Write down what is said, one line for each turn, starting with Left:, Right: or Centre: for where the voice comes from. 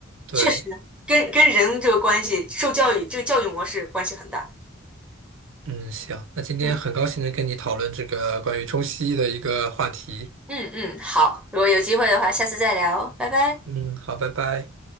Right: 对，
Centre: 确实跟跟人这个关系、受教育这个教育模式关系很大。
Right: 嗯，行，那今天很高兴能跟你讨论这个关于中西医的一个话题。
Centre: 嗯。嗯嗯，好，如果有机会的话，下次再聊，拜拜。
Right: 嗯，好，拜拜。